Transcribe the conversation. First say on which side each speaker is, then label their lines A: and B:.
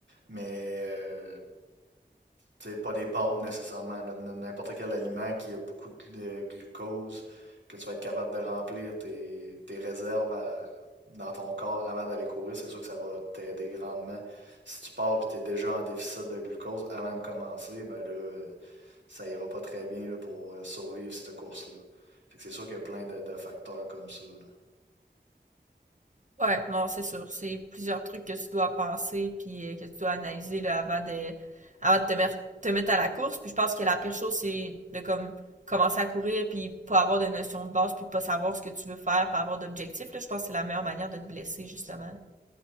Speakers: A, on the right; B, on the right.
A: mais euh, c'est pas des pâtes nécessairement, là, n- n'importe quel aliment qui a beaucoup de glu- de glucose, que tu vas être capable de remplir tes, tes réserves à- dans ton corps avant d'aller courir, c'est sûr que ça va t'aider grandement. Si tu pars et tu es déjà en déficit de glucose avant de commencer, ben là, euh, ça ira pas très bien là, pour euh, survivre cette course-là. Fait que c'est sûr qu'il y a plein de, de facteurs comme ça. là.
B: Ouais, non, c'est sûr, c'est plusieurs trucs que tu dois penser puis euh, que tu dois analyser là avant de avant de te mettre te mettre à la course. Puis je pense que la pire chose c'est de comme commencer à courir puis pas avoir de notion de base puis pas savoir ce que tu veux faire, pas avoir d'objectif là, je pense que c'est la meilleure manière de te blesser justement.